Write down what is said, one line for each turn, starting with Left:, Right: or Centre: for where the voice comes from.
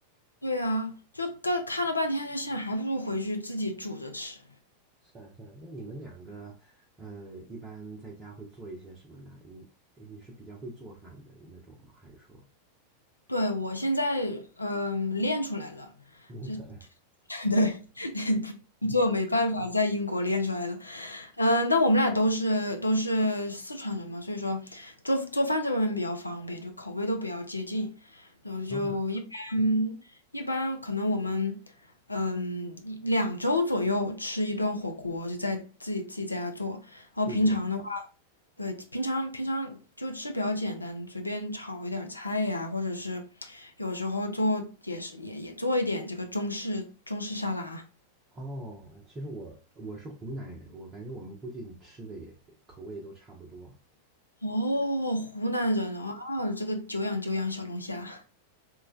Left: 对啊，就看看了半天，就想还不如回去自己煮着吃。
Right: 是啊，是啊，那你们两个，呃，一般在家会做一些什么呢？你你是比较会做饭的那种吗？还是说
Left: 对，我现在嗯、练出来了，
Right: <laughs> 农村，
Left: 这 <laughs> 对，<laughs> 不做没办法，在英国练出来了。嗯，但我们俩都是都是四川人嘛，所以说做做饭这方面比较方便，就口味都比较接近，然后就一般一般可能我们嗯一两周左右吃一顿火锅，
Right: 啊，
Left: 就在自己自己在家做，然后平常的话，
Right: 自己做
Left: 对，平常平常就吃比较简单，随便炒一点儿菜呀，或者是有时候做也是也也做一点这个中式中式沙拉。
Right: 哦，其实我我是湖南人，我感觉我们估计吃的也口味都差不多。
Left: 哦，湖南人啊，这个久仰久仰小龙虾，